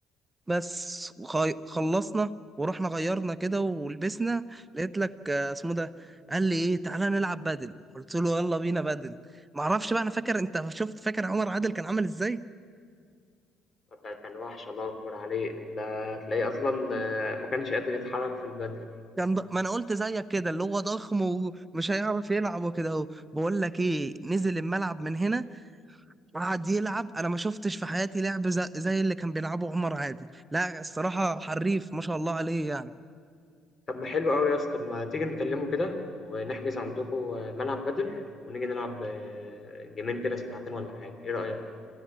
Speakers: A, on the right; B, on the left.
A: بس وخي- خلصنا ورحنا غيرنا كده ولبسنا لقيت لك آه، اسمه ده قال لي ايه تعالى نلعب بدل قلت له يلا بينا بدل ما اعرفش بقى انا فاكر انت شفت فاكر عمر عادل كان عامل ازاي
B: ده كان وَحش الله أكبر عليه، ده تلاقيه أصلًا آه، ما كانش قادر يتحرّك في البدن.
A: كان ض- ما انا قلت زيك كده اللي هو ضخم ومش هيعرف يلعب وكده اهو بقول لك ايه نزل الملعب من هنا قعد يلعب انا ما شفتش في حياتي لعب ز- زي اللي كان بيلعبه عمر عادل لا الصراحة حريف ما شاء الله عليه يعني
B: طب ما حلو أوي يا اسطى طب ما تيجي نكلمه كده ونحجز عندكوا ملعب بدل ونيجي نلعب آه، جيمين كده ساعتين ولا حاجة إيه رأيك؟